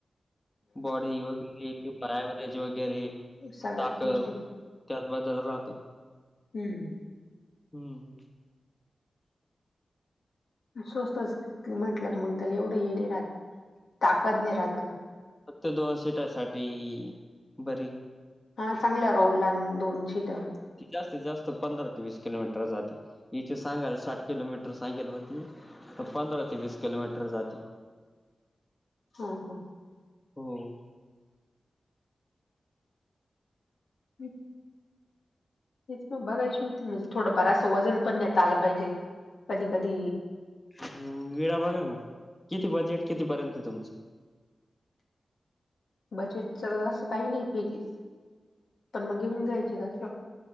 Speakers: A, on the left; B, on the left.
A: बॉडी वगैर किं अव्हरेज वगैर
B: सगळ्याच
A: ताकद
B: गोष्टीत
A: त्यात बदल राहतो
B: हम्म
A: हम्म
B: स्वस्तच म्हंटलं क मग त्याला एवढं ये नाही राहत ताकद नाही राहत
A: फ ते दोन सीटासाठी बरी
B: हा चांगला रोड ला दोन शीटर
A: ती जास्तीत जास्त पंधरा ते वीस किलोमीटर जाते इथ सांगायला साठ किलोमीटर सांगेल होती पांध ते वीस किलोमीटर जाते
B: हा हा
A: हो.
B: हम् तेच मग बघायची होती म्हणजे थोडंफार असं वजन पण नता आलं पाहिजे कधी कधी
A: अ वेळा बघा ना किती बजेट कितीपर्यंत तुमचं
B: बजेटच असं काही नाही फेजस पण मग घेऊन घ्यायचें